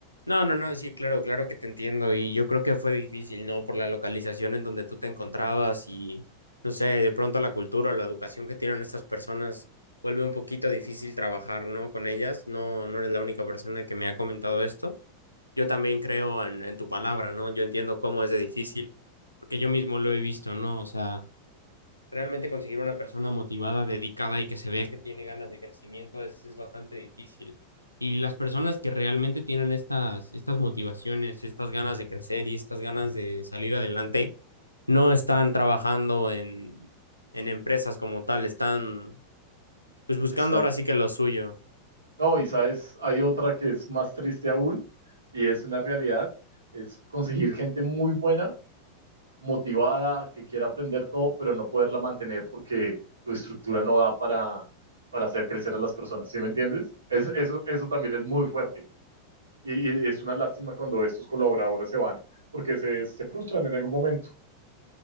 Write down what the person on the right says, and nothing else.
Exacto.
No, y sabes, hay otra que es más triste aún, y es una realidad, es conseguir gente muy buena motivada, que quiera aprender todo, pero no poderla mantener porque tu estructura no da para, para hacer crecer a las personas, ¿sí me entiendes? Es, eso, eso también es muy fuerte y, y, es una lástima cuando estos colaboradores se van porque se, se frustran en algún momento.